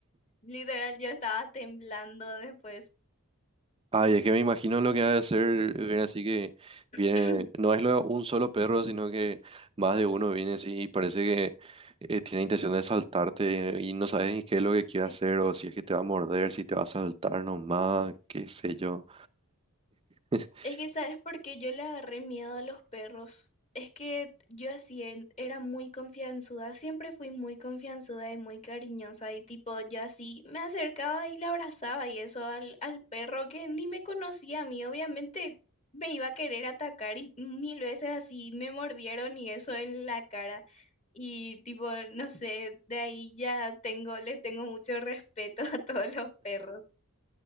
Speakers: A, on the left; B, on the right.
A: Literal, yo estaba temblando después.
B: Ay, es que me imagino lo que ha de ser, viene así que viene,
A: <clears throat>
B: no es lo- un solo perro, sino que más de uno viene así y parece que eh, tiene intención de saltarte y no sabes ni qué es lo que quiere
A: Sí.
B: hacer o si es que te va a morder, si te va a saltar nomás, qué sé yo. <laughs>
A: Es que, ¿sabes por qué yo le agarré miedo a los perros? Es que yo así en- era muy confianzuda, siempre fui muy confianzuda y muy cariñosa y tipo, yo así me acercaba y le abrazaba y eso al, al perro que ni me conocía a mí, obviamente me iba a querer atacar y mil veces así me mordieron y eso en la cara y tipo, no sé, de ahí ya tengo, le tengo mucho respeto <laughs> a todos los perros.